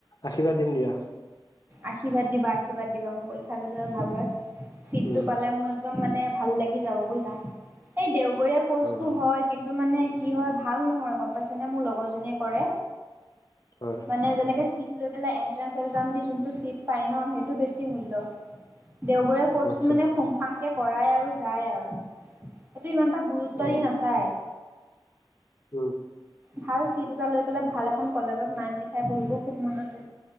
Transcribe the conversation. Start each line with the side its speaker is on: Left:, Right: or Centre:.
Left: আশীৰ্বাদ দিম দিয়া
Right: আশীৰ্বাদ দিবা আশীৰ্বাদ দিবা মোৰ পৰীক্ষা যাতে ভাল হয়। চিটটো
Left: উম
Right: পালে মোৰ একদম মানে ভাল লাগি যাব বুজিছা এই দেও। বৰীয়া ক'ৰ্চটো
Left: অ
Right: হয় কিন্তু মানে কি হয় ভাল নহয় গম পাইছেনে মোৰ লগৰজনীয়ে কৰে।
Left: হয়
Right: মানে যেনেকে চিত পিলাই এন্ত্ৰছেছ এক্সমটো দিছো। জোনটো চিত পাই ন সেইটো বেছি মূল্য দিৱৰিয়া কৰ্চটো
Left: আচ্ছা
Right: বেছি ফুগ ফাগকে। কৰাই আৰু যায় আও সেইটো ইমানটা গুৰুত্ব
Left: অ
Right: দি নাচায় <inaudible>
Left: উম
Right: ভাল চিট এটা লৈ পেলাই ভাল এখন কলেজত নাম লিখাই পঢ়িব খুব মন আছে'